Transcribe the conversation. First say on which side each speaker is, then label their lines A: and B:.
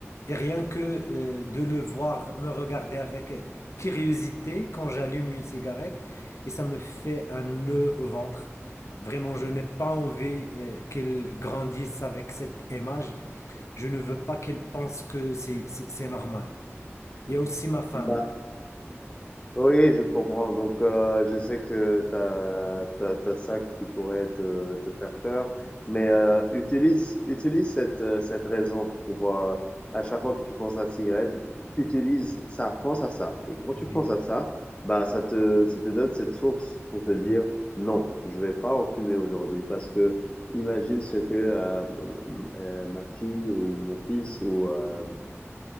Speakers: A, on the left; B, on the left.
A: et rien que euh, de le voir me regarder avec curiosité quand j'allume une cigarette, et ça me fait un nœud au ventre. Vraiment, je n'ai pas envie euh, qu'il grandisse avec cette image. Je ne veux pas qu'elle pense que c'est c'est- c'est normal. Il y a aussi ma femme.
B: Bah, Oui, je comprends. Donc, euh, je sais que t'as, t'as, t'as ça qui pourrait te, te faire peur, mais
A: Mm.
B: euh, utilise, utilise cette, euh, cette raison pour, euh, à chaque fois que tu penses à la cigarette, utilise ça, pense à ça. Et quand tu
A: Oui.
B: penses à ça, ben, ça te, ça te donne cette source pour te dire non, je vais pas en fumer aujourd'hui parce que imagine ce que euh, euh, ma fille ou mon fils ou euh,
A: Mm.